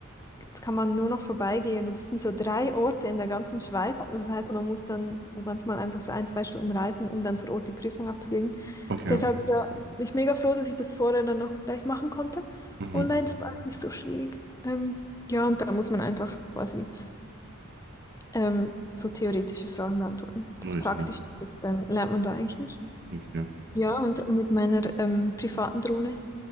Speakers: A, on the left; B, on the right.
A: Jetzt kann man nur noch vorbeigehen und es sind so drei Orte in der ganzen Schweiz. Also das heißt, man muss dann manchmal einfach so ein, zwei Stunden reisen, um dann vor Ort die Prüfung abzulegen.
B: Okay.
A: Deshalb, ja, bin ich mega froh, dass ich das vorher dann noch gleich machen konnte.
B: Mhm.
A: Online ist auch nicht so schwierig. Ähm, ja, und da muss man einfach quasi ähm, so theoretische Fragen beantworten. Das
B: Richtig.
A: Praktische, das ähm, lernt man da eigentlich nicht.
B: Okay.
A: Ja, und mit meiner ähm, privaten Drohne,